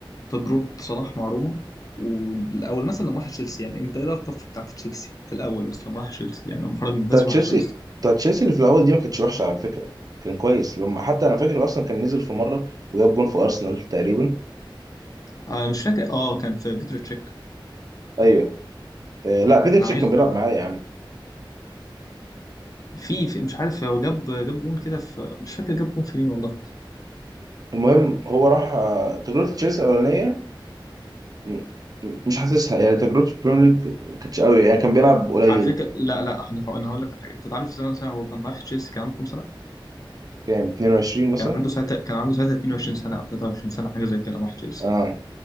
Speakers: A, on the left (about 45°); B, on the right (about 45°).
A: تجربه صلاح مع روما والاول مثلا لما راح تشيلسي يعني انت ايه رايك طب في بتاعه تشيلسي في الاول بس لما راح تشيلسي يعني لما خرج من بازل
B: بتاع تشيلسي
A: وراح تشيلسي
B: بتاع تشيلسي اللي في الاول دي ما كانتش وحشه على فكره كان كويس لما حتى انا فاكر اصلا كان نزل في مره وجاب جون في ارسنال تقريبا
A: انا مش فاكر اه كان في بيتر تشيك
B: ايوه آه، لا بيتر
A: انا
B: تشيك
A: عايز
B: كان بيلعب معايا يا عم
A: في, في مش عارف هو جاب جاب جون كده في مش فاكر جاب جون في مين والله
B: المهم هو راح آه، تجربة تشيلسي الأولانية م- م- مش حاسسها يعني تجربته في البريمير ليج ما كانتش قوي يعني كان بيلعب قليل
A: على فكره لا لا انا هقول- انا هقول لك على حاجه انت تعرف سنه سنة هو كان رايح تشيلسي كان عنده كام سنه
B: كام 22 مثلا
A: كان عنده ساعتها كان عنده ساعتها 22 سنة أو 23 سنة حاجة زي كده راح تشيلسي
B: اه